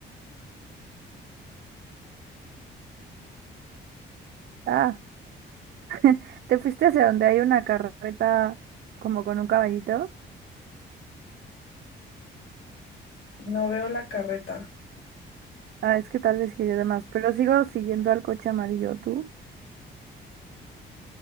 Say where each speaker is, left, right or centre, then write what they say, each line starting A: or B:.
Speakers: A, on the right; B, on the left.
A: Ah. <laughs> ¿Te fuiste hacia donde hay una carreta como con un caballito?
B: No veo la carreta.
A: Ah, es que tal vez giré de más, pero sigo siguiendo al coche amarillo tú.